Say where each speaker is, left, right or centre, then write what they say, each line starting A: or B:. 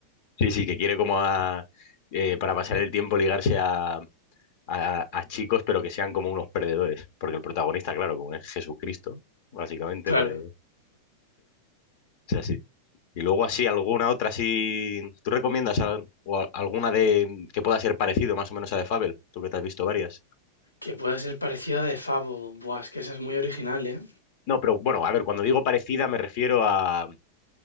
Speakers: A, on the left; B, on the left.
A: Sí, sí, que quiere como a, eh, para pasar el tiempo ligarse a, a, a chicos, pero que sean como unos perdedores. Porque el protagonista, claro, como es Jesucristo, básicamente,
B: Claro,
A: pues es así. Y luego así, alguna otra así... ¿Tú recomiendas al- o a- alguna de que pueda ser parecido más o menos a The Fable? Tú que te has visto varias.
B: que puede ser parecida de Fable, buah, es que esa es muy original, ¿eh?
A: No, pero bueno, a ver, cuando digo parecida me refiero a